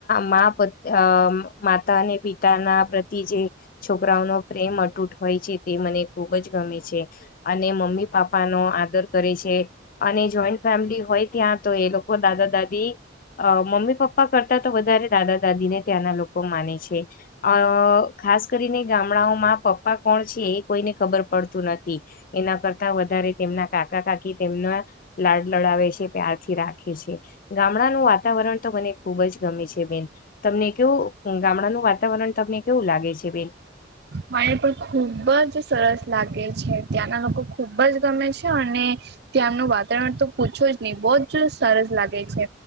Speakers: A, on the left; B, on the right.
A: માં પતેમાતા પિતાનાપ એજે છોકરાઓનો પ્રેમ અતૂટ હોય છે. તે મને ખૂબ જ ગમે છે. અને મમ્મી પાપા નો આદર કરે છે. અને જોઈન્ટ ફેમિલી હોય ત્યાં તો એ લોકો દાદા દાદી અ મમ્મી પપ્પા કરતા તો વધારે દાદા દાદી ને ત્યાંના લોકો માને છે. અ ખાસકરીને ગામડાઓમાં પપ્પા કોણ છે. એ કોઈને ખબર પડતું નથી. એના કરતા વધારે તેમના કાકા કાકી તેમના લાડ લડાવે છે. પ્યારથી રાખે છે. ગામડાનું વાતાવરણ તો મને ખુબ જ ગમે છે. બેન તમને કેવું ગામડાનું વાતાવરણ તમને કેવું લાગે છે. બેન
B: મને પણ ખૂબ જ સરસ લાગે છે. ત્યાં નાલોકો ખૂબ જ ગમે છે. અને ત્યાં એનું વાતાવરણ તો પૂછો જ નહી બહુ જ સરસ લાગે છે.